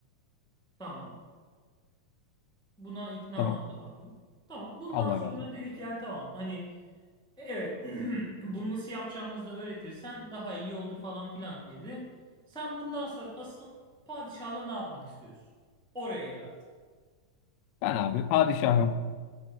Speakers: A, in the centre; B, on the left (about 85°).
A: Tamam. Buna ikna
B: Tamam.
A: oldu abim. Tamam. Bundan
B: Allah
A: sonra
B: razı olsun.
A: dedik yani tamam hani evet <clears throat> bunu nasıl yapacağımızı da öğretirsen daha iyi olur falan filan dedi. Sen bundan sonra asıl padişahla ne yapmak istiyorsun? Oraya gel artık.
B: Ben abi padişahım.